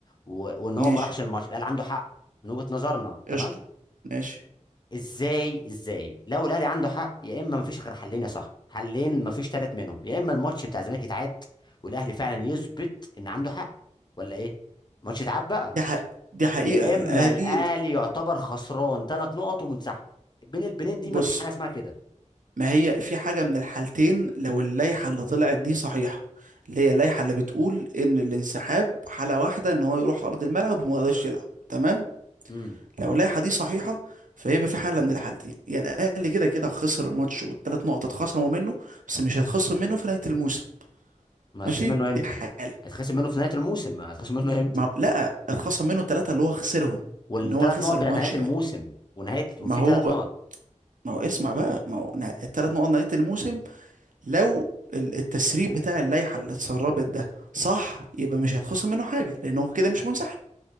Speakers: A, on the left; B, on the right.
A: و... وان
B: ماشي
A: هو ما راحش الماتش الاهلي عنده حق من وجهة نظرنا
B: قشطة
A: تمام
B: ماشي
A: ازاي ازاي لو الاهلي عنده حق يا اما مفيش غير حلين يا صاحبي حلين مفيش ثالث منهم يا اما الماتش بتاع الزمالك يتعاد والاهلي فعلا يثبت ان عنده حق ولا ايه ماتش يتعاد بقى
B: دي حق دي حقيقة
A: يا اما
B: الأهلي
A: الاهلي يعتبر خسران ثلاث نقط ومنسحب بين البنين دي
B: بص
A: مفيش حاجه اسمها كده
B: ما هي في حاجة من الحالتين لو اللائحة اللي طلعت دي صحيحة اللي هي اللائحة اللي بتقول إن الانسحاب حالة واحدة إن هو يروح أرض الملعب وما يقدرش يلعب تمام
A: امم
B: لو اللائحة دي صحيحة فيبقى في حالة من الحالتين يا الأهلي كده كده خسر الماتش والثلاث نقط اتخصموا منه بس مش هيتخصم منه في نهاية الموسم
A: ما
B: ماشي
A: هيتخصم منه امتى
B: دي حالة
A: هيتخصم منه في نهايه الموسم هيتخصم منه امتى
B: ما لا اتخصم منه ثلاثة اللي هو خسرهم
A: والثلاث
B: ان هو خسر
A: نقط
B: الماتش
A: بتاعت نهايه
B: يعني
A: الموسم ونهايه وفي
B: ما هو
A: ثلاث نقط
B: ما هو اسمع بقى ما هو الثلاث نقط نهاية الموسم لو ال- التسريب بتاع اللائحة اللي اتسربت ده صح يبقى مش هيتخصم منه حاجة لأنه كده مش منسحب